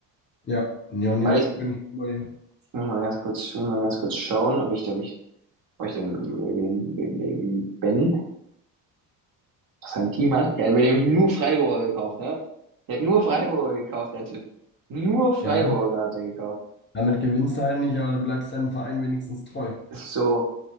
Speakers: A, on the left; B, on the right.
A: Ja, ja, nee,
B: Weil ich,
A: bin ich bei dir.
B: ich muss mal ganz kurz, ich muss mal ganz kurz schauen, ob ich, ob ich Hab ich den, den, den, den Ben, was sein Team hat, der hat mir nämlich nur Freiburger gekauft, ne? Der hat nur Freiburger gekauft, der Typ. Nur Freiburger
A: Ja,
B: hat er gekauft.
A: damit gewinnst du halt nicht, aber du bleibst deinem Verein wenigstens treu.
B: Das ist so,